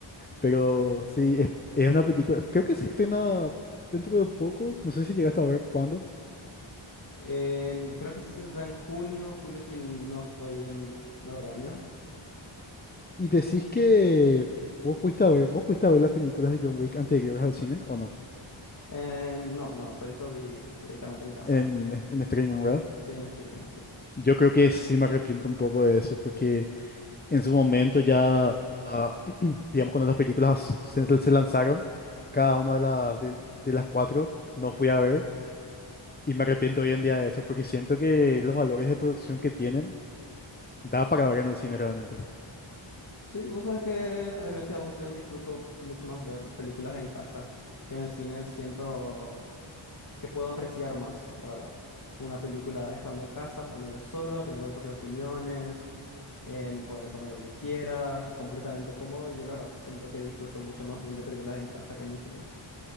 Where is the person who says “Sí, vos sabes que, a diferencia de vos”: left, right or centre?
Left